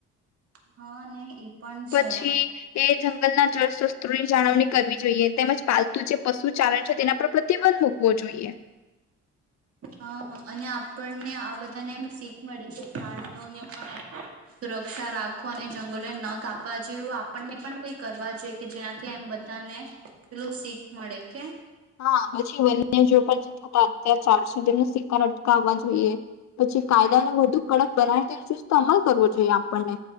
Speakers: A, on the right; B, on the left.
A: હા ને એ પણ
B: પછી
A: છે
B: એ જંગલના જળ શસ્ત્રોની જાળવણી કરવી. તેમજ પાલતું જે પશુ ચાલણ છે તેના પર પ્રતિબંધ મૂકવો જોઈએ.
A: હા અને આપણને આ બધાને એમ શીખ મળે છે પ્રાણીઓને પણ સુરક્ષા રાખો અને જંગલોને ન કાપવા જેવું આપણને પણ કઈ કરવા જોઈએ કે જેનાથી એમ બધાને પેલું શીખ મળે કે.
B: હા પછી વન્યજી પણ જે થતા અત્યાર ચાલશે તેમનો શિકાર અટકાવવા જોઈએ પછી કાયદાને વધુ કડક બનાવે તે ચુસ્ત અમલ કરવો જોઈએ આપણને